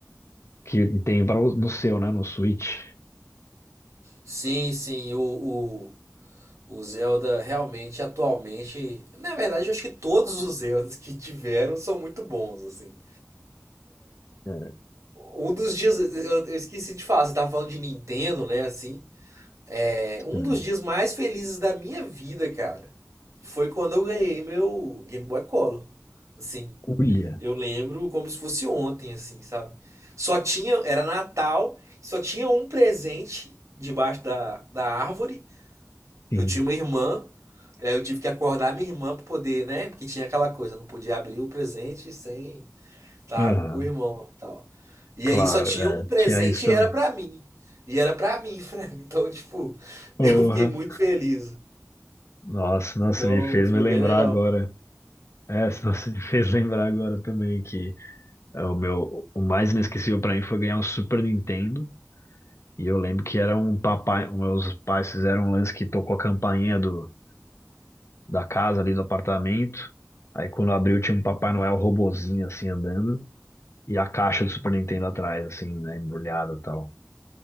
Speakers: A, on the left; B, on the right.
A: Que tem para no seu, né? No Switch.
B: Sim, sim, o, o, o Zelda realmente, atualmente... Na verdade, eu acho que todos os Zeldas que tiveram são muito bons, assim.
A: né,
B: Um dos dias, eu, eu esqueci de falar, você tava falando de Nintendo, né, assim. É, um
A: Hum,
B: dos dias mais felizes da minha vida, cara, foi quando eu ganhei meu Game Boy Color. Assim,
A: Ulha,
B: Eu lembro como se fosse ontem, assim, sabe? Só tinha, era Natal, só tinha um presente debaixo da, da árvore.
A: sim.
B: Eu tinha uma irmã, aí eu tive que acordar minha irmã pra poder, né? Porque tinha aquela coisa, não podia abrir o presente sem tá
A: Aham,
B: com o irmão e tal. E
A: claro,
B: aí só tinha
A: é,
B: um presente
A: tinha isso também.
B: e era pra mim. E era pra mim, <laughs> Frank. Então, tipo,
A: Porra.
B: eu fiquei muito feliz.
A: Nossa, nossa,
B: Então,
A: me fez
B: foi
A: me lembrar
B: bem legal.
A: agora. É, <laughs> nossa, me fez lembrar agora também que é, o meu, o mais inesquecível pra mim foi ganhar um Super Nintendo. E eu lembro que era um papai, meus pais fizeram um lance que tocou a campainha do, da casa ali do apartamento. Aí quando abriu tinha um Papai Noel robozinho assim andando e a caixa do Super Nintendo atrás, assim, né, embrulhada e tal.